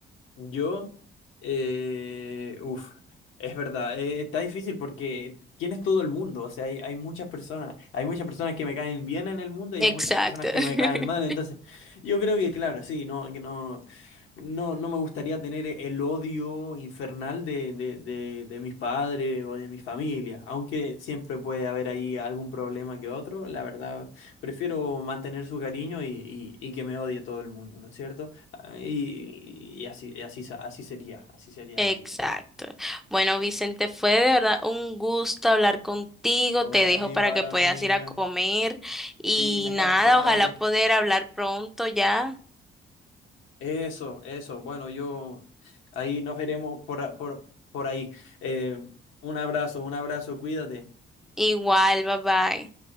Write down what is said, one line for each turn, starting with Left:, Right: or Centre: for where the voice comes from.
Left: Yo, eh, uf, es verdad, eh, está difícil porque ¿quién es todo el mundo? O sea, hay, hay muchas personas, hay muchas personas que me caen bien en el mundo y
Centre: Exacto.
Left: hay muchas personas que
Centre: <laughs>
Left: me caen mal, entonces yo creo que, claro, sí, no, que no. No, no me gustaría tener el odio infernal de, de, de, de mis padres o de mi familia, aunque siempre puede haber ahí algún problema que otro, la verdad, prefiero mantener su cariño y, y, y que me odie todo el mundo, ¿no es cierto? Ah, Y, y así, y así, se- así sería, así sería
Centre: Exacto.
Left: la vida.
Centre: Bueno, Vicente, fue de verdad un gusto hablar contigo.
Left: Hoy
Centre: Te dejo para
Left: va
Centre: que
Left: la
Centre: puedas
Left: amiga,
Centre: ir a comer y
Left: sí, me están
Centre: nada,
Left: esperando.
Centre: ojalá poder hablar pronto ya.
Left: Eso, eso, bueno, yo ahí nos veremos por, a- por, por ahí. Eh, un abrazo, un abrazo, cuídate.
Centre: Igual, bye bye.